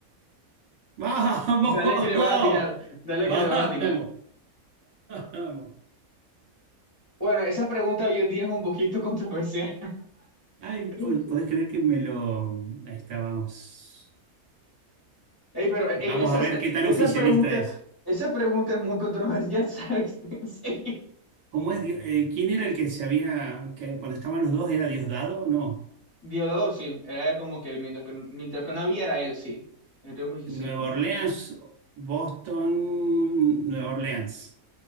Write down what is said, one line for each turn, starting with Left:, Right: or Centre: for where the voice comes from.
Right: ¡Vamos!
Left: Dale que le vas a tirar,
Right: <laughs>
Left: dale
Right: ¡Vamos!
Left: que le vas a tirar.
Right: ¡Vamos!
Left: Bueno, esa pregunta hoy en día es un poquito controversial.
Right: Ay,
Left: <laughs>
Right: po- podés creer que me lo... Ahí está, vamos.
Left: Ey, pero ey,
Right: Vamos
Left: esa,
Right: a
Left: esa
Right: ver qué tan
Left: esa
Right: oficialista
Left: pregunta,
Right: es.
Left: esa pregunta es muy controversial, <laughs> ¿sabes? En serio.
Right: ¿Cómo es? Dio- eh, ¿quién era el que se había... que cuando estaban los dos era Diosdado o no?
Left: Diosdado, sí, era como que mientras que, mientras que no había era él, sí. El río Mississippi.
Right: Nueva Orleans, Boston, Nueva Orleans.